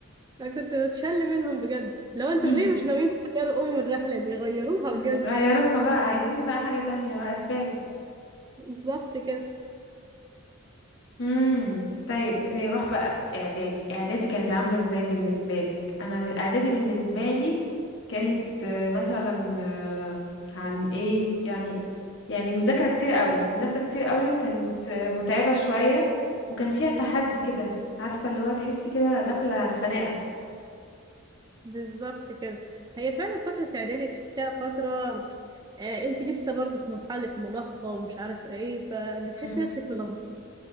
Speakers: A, on the right; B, on the left.
A: فكنت بتشل منهم بجد لو انتوا
B: <laughs>
A: ليه مش ناويين تغيروا أم الرحلة دي غيروها بجد
B: غيروها بقى عايزين بقى حاجة تانية بقى كفاية
A: بالظبط كده
B: امم طيب نروح بقى اعدادي اعدادي كانت عامله ازاي بالنسبه لك انا ب- اعدادي بالنسبه لي كانت آه، مثلا آه، عن ايه يعني يعني مذاكره كتير قوي مذاكره كتير قوي وكانت آه، متعبه شويه وكان فيها تحدي كده عارفه اللي هو تحسي كده داخله خناقه
A: بالظبط كده هي فعلا فترة إعدادي تحسيها فترة آه انت لسه برضه في مرحلة مراهقة ومش عارفة ايه فبتحسي
B: امم
A: نفسك ملخبطة